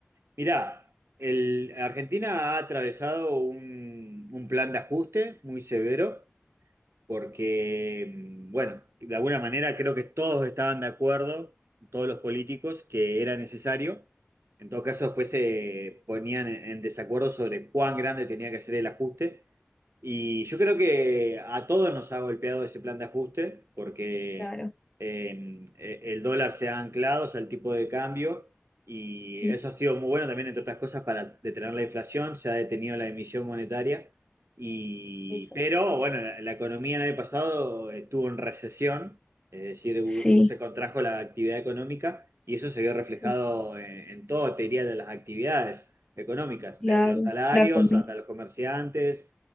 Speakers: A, on the right; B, on the left.
A: Mirá, el- Argentina ha atravesado un, un plan de ajuste muy severo porque, mm, bueno, de alguna manera creo que todos estaban de acuerdo, todos los políticos, que era necesario. En todo caso, después se ponían en en desacuerdo sobre cuán grande tenía que ser el ajuste. Y yo creo que a todos nos ha golpeado ese plan de ajuste, porque
B: Claro,
A: eh, el dólar se ha anclado, o sea, el tipo de cambio, y
B: sí,
A: eso ha sido muy bueno también, entre otras cosas, para detener la inflación, se ha detenido la emisión monetaria, y,
B: eso.
A: pero bueno, la, la economía el año pasado estuvo en recesión, es decir, u-
B: Sí,
A: se contrajo la actividad económica, y eso se vio reflejado
B: sí, sí,
A: en, en todo, te diría, de las actividades económicas,
B: claro,
A: desde los salarios
B: la comida.
A: hasta los comerciantes